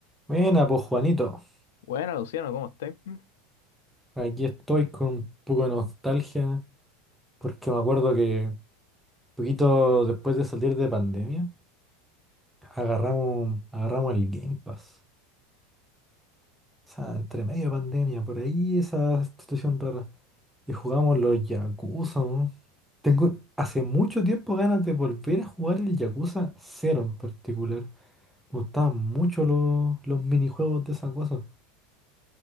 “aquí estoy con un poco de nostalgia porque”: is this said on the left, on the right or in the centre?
Centre